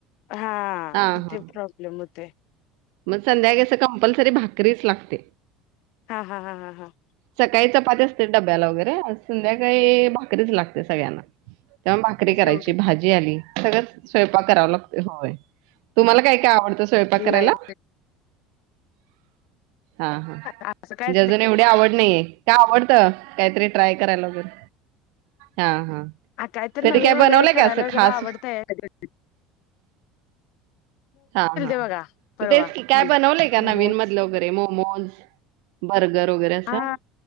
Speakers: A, on the left; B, on the right.
A: हा
B: हां, हां.
A: ते प्रॉब्लेम होतेय.
B: मग संध्याकाळी कसं कंपल्सरी भाकरीच लागते.
A: हां-हां-हां-हां.
B: सकाळी चपाती असते डब्याला वगैरे, संध्याकाळी भाकरीच लागत्या सगळ्यांना. तेव्हा भाकरी करायची,
A: तेवढं
B: भाजी आली. सगळंच स्वयंपाक करावं लागतं होय. तुम्हाला काय काय आवडतं स्वयंपाक करायला.
A: लाईट
B: हा हा म्हणजे
A: असं काय
B: अजुनही नाही का आवड नाहीये, का आवडतं काहीतरी ट्राय करायला वगैरे हा हा.
A: आ कायतरी
B: कधी
A: नवीन
B: काय
A: वगैरे
B: बनवलंय
A: करायला
B: का असं खास
A: जरा आवडतयं.
B: हा हा
A: बघा परवा
B: तेच की काय
A: मध्ये
B: बनवलेय का
A: मोमोज
B: नवीन मधलं ते मोमोज, बर्गर वगैरे असं
A: हा